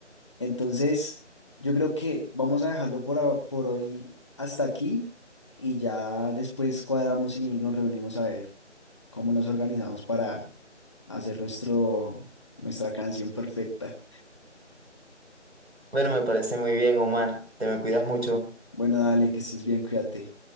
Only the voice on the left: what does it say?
Entonces, yo creo que vamos a dejarlo por, a- por hoy hasta aquí y ya después cuadramos y nos reunimos a ver. cómo nos organizamos para hacer nuestro, nuestra canción perfecta.
Bueno, dale, que estés bien, cuídate.